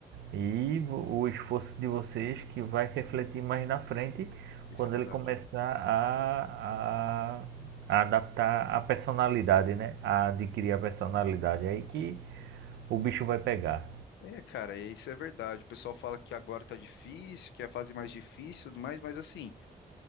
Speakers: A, on the right; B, on the left.
A: E vo- o esforço de vocês que vai refletir mais na frente
B: Isso
A: quando
B: é verdade.
A: ele começar a, a, a adaptar a personalidade, né? A adquirir a personalidade. É Aí que o bicho vai pegar.
B: É, cara, e isso é verdade. O pessoal fala que agora tá difícil, que é a fase mais difícil, e tudo mais, mas assim,